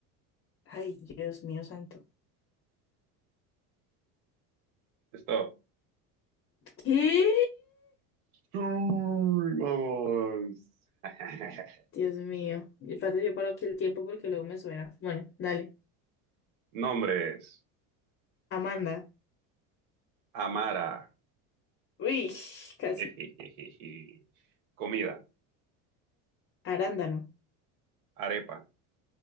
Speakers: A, on the left (about 35°); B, on the right (about 80°).
A: Ay, Dios mío santo.
B: Stop.
A: ¿Qué?
B: Uy, Vamos. <laughs>
A: Dios mío. Y espérate, yo paro aquí el tiempo porque luego me suena. Bueno, dale.
B: Nombres.
A: Amanda.
B: Amara.
A: Uy, <laughs>
B: <laughs>
A: casi.
B: Comida.
A: Arándano.
B: Arepa.